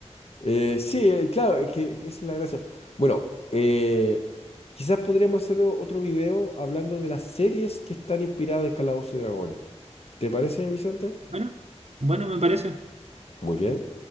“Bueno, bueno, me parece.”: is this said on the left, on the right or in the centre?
Right